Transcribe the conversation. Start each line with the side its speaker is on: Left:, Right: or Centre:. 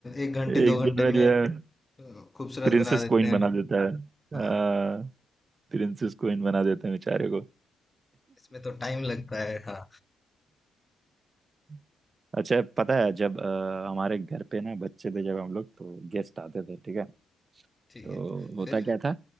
Left: एक घंटे
Right: एक
Left: दो
Right: दिन
Left: घंटे
Right: में
Left: में
Right: जो है
Left: अ, खूबसूरत
Right: प्रिंसेस
Left: बना देते
Right: कोइन
Left: हैं
Right: बना देता है आ,
Left: हाँ
Right: प्रिंसेस कोइन बना देते हैं बेचारे को
Left: इसमें तो टाइम लगता है हाँ
Right: <laughs> अच्छा पता है जब अ, हमारे घर पे ना बच्चे थे जब हम लोग तो गेस्ट आते थे ठीक है
Left: ठीक
Right: तो
Left: है
Right: होता
Left: फिर
Right: क्या था